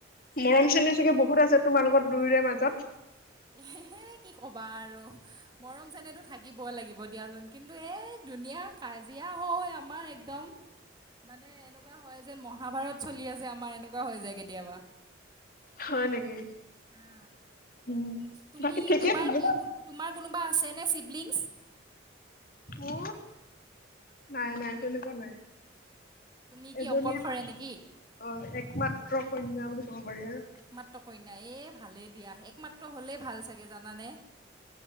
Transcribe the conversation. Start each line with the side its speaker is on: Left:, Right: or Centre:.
Left: মৰম
Right: হা
Left: চেনেহ চাগে বহুত আছে তোমাৰ লগত দুয়োৰে মাজত।
Right: এহে। এহে কি ক'বা আৰু মৰম চেনেহটো থাকিবই লাগিব দিয়াচোন কিন্তু এই দুুনীয়াক। কাজিয়া হৈ আমাৰ একদম। মানে এনেকুৱা হয় যেন মহাভাৰত চলি আছে আমাৰ এনেকুৱা হৈ যায় কেতিয়াবা।
Left: হয় নেকি।
Right: অ
Left: উম
Right: তুমি
Left: বাকী ঠিকেই
Right: তোমাৰ
Left: মোৰ
Right: কি ক তোমাৰ কোনোবা আছে। নে চিবলিংচ ।
Left: উ নাই নাই তেনেকুৱা নাই।
Right: তুমি কি
Left: এজনীয়ে
Right: অকলশৰে
Left: মাত্ৰ
Right: নেকি
Left: অ একমাত্ৰ কন্যা বুলি। ক'ব পাৰি আৰু
Right: একমাত্ৰ কইনা এ ভালে দিয়া একমাত্ৰ হ'লে ভাল চাগে জানানে।